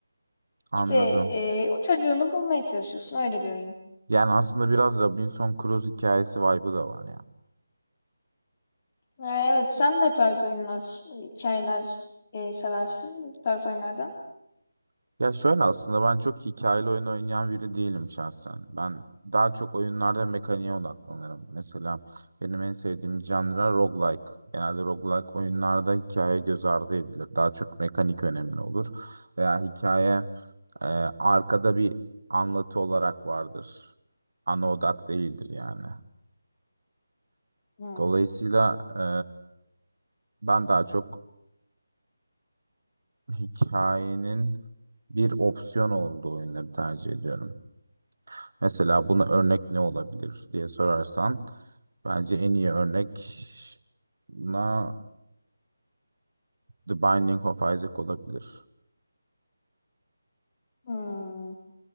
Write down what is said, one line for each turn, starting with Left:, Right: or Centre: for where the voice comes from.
Right: Anladım.
Left: İşte, eee, o çocuğunu bulmaya çalışıyorsun. Öyle bir oyun.
Right: Yani aslında biraz Robinson Crusoe hikayesi vibe'ı da var yani.
Left: Evet, sen ne tarz oyunlar, hikayeler e, seversin bu tarz oyunlardan?
Right: Ya şöyle aslında ben çok hikayeli oyun oynayan biri değilim şahsen. Ben daha çok oyunlarda mekaniğe odaklanırım. Mesela benim en sevdiğim janra roguelike. Genelde roguelike oyunlarda hikaye göz ardı edilir. Daha çok mekanik önemli olur. Veya hikaye e, arkada bir anlatı olarak vardır. Ana odak değildir yani.
Left: Hmm,
Right: Dolayısıyla e, ben daha çok hikayenin bir opsiyon olduğu oyunları tercih ediyorum. Mesela buna örnek ne olabilir diye sorarsan bence en iyi örnek buna The Binding of Isaac olabilir.
Left: hmm.